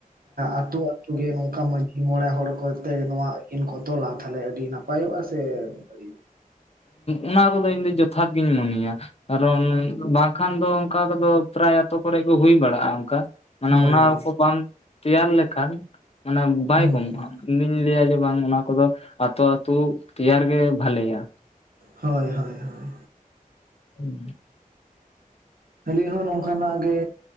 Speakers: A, on the right (about 80°); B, on the left (about 45°).
A: ᱟᱛᱳ, ᱟᱛᱳ ᱜᱮ ᱱᱚᱝᱠᱟ ᱢᱟᱺᱡᱷᱤ ᱢᱚᱬᱮ ᱦᱚᱲ ᱠᱚᱛᱮ ᱱᱚᱣᱟ ᱟᱹᱭᱤᱱ ᱠᱚ ᱛᱚ ᱛᱚᱞᱟ ᱛᱟᱦᱚᱞᱮ ᱟᱹᱰᱤ ᱱᱟᱯᱟᱭᱚᱜᱼᱟ ᱥᱮ ᱵᱟᱹᱲᱤᱡᱚᱜᱼᱟ
B: ᱚᱱᱟ ᱠᱚᱫᱚ ᱤᱧ ᱫᱚ ᱡᱚᱛᱷᱟᱛ ᱜᱤᱧ ᱢᱚᱱᱮᱭᱟ ᱾ ᱠᱟᱨᱚᱱ ᱵᱟᱝᱠᱷᱟᱱ ᱫᱚ ᱚᱱᱠᱟ ᱠᱚᱫᱚ ᱯᱨᱟᱭ ᱟᱛᱳ ᱠᱚᱨᱮ ᱜᱮ ᱦᱩᱭ ᱵᱟᱲᱟᱜᱼᱟ ᱚᱱᱠᱟ ᱾ ᱢᱟᱱᱮ
A: ᱦᱳᱭ
B: ᱚᱱᱟ
A: ᱦᱳᱭ
B: ᱠᱚ ᱵᱟᱢ ᱛᱮᱭᱟᱨ ᱞᱮᱠᱷᱟᱱ ᱢᱟᱱᱮ ᱵᱟᱭ
A: ᱦᱩᱸ
B: ᱠᱢᱚᱜᱼᱟ
A: ᱦᱩᱸ
B: ᱤᱧ ᱫᱩᱧ ᱞᱟᱹᱭᱟ ᱡᱮ ᱵᱟᱝ ᱚᱱᱟ ᱠᱚᱫᱚ ᱟᱛᱳ ᱟᱛᱳ ᱛᱮᱭᱟᱨ ᱜᱮ ᱵᱷᱟᱞᱮᱭᱟ
A: ᱦᱳᱭ ᱦᱳᱭ ᱦᱳᱭ
B: ᱦᱮᱸ
A: ᱟᱹᱞᱤᱧ ᱦᱚᱸ ᱱᱚᱝᱠᱟ ᱱᱟᱜ ᱜᱮ